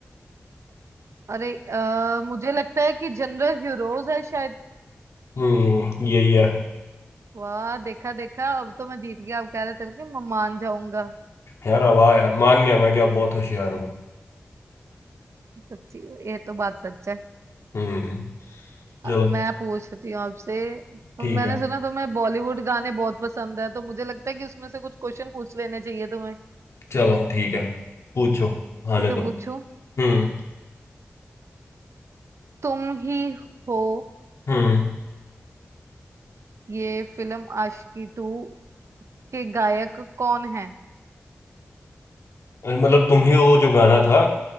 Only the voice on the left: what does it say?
हम्म यही है
यार अब आ यार मान गया मैं कि आप बहुत होशियार हो
हम्म
चलो
ठीक
है
चलो ठीक है पूछो आने
दो
हम्म
हम्म
अरे मतलब तुम ही वो जो गाना था